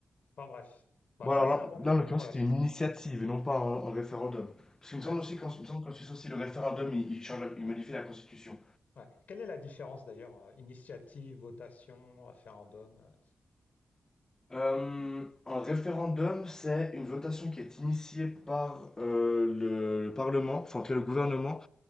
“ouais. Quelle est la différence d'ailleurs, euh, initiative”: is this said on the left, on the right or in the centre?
Left